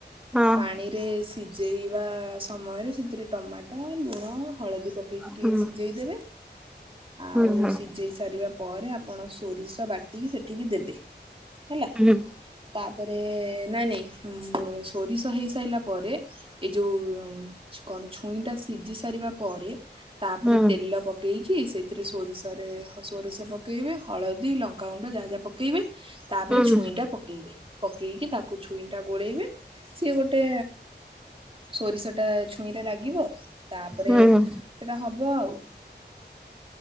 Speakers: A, in the centre; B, on the right.
A: ହଁ
B: ପାଣିରେ ସିଜେଇବା ସମୟରେ ସେତିରେ ଟମାଟ ଲୁଣ ହଳଦୀ ପକେଇକି ଟିକେ
A: ହୁଁ
B: ସିଜେଇ ଦେବେ ଆଉ
A: ହୁଁ ହୁଁ
B: ସିଜେଇ ସାରିବା ପ ପରେ ଆପଣ ସୋରିଷ ବାଟିକି ସେଠିକି ଦେବେ ହେଲା
A: ହୁଁ
B: ତା ପରେ ନାଇଁ ନାଇଁ ଉମ୍ ସୋରିଷ ହେଇସାଇଲା ପରେ ଏଇ ଯୋଉ କ କଣ ଛୁଇଁ ଟା ସିଜି ସାରିବା ପରେ। ତାପରେ
A: ହୁଁ
B: ତେଲ ପକେଇକି ସେଇଥିରେ ସୋରିଷରେ ସୋରିଷ ପକେଇବେ। ହଳଦୀ ଲଙ୍କାଗୁଣ୍ଡ ଯାହା ଯାହା ପକେଇବେ ତାପରେ
A: ହୁଁ
B: ଛୁଇଁ ଟା ପକେଇବେ। ପକେଇକି ତାକୁ ଛୁଇଁ ଟା ଗୋଳେଇବେ ସିଏ ଗୋଟେ। ସୋରିଷ ଟା ଛୁଇଁରେ ଲାଗିବ ତାପରେ
A: ହୁଁ
B: ସେଟା ହବ ଆଉ।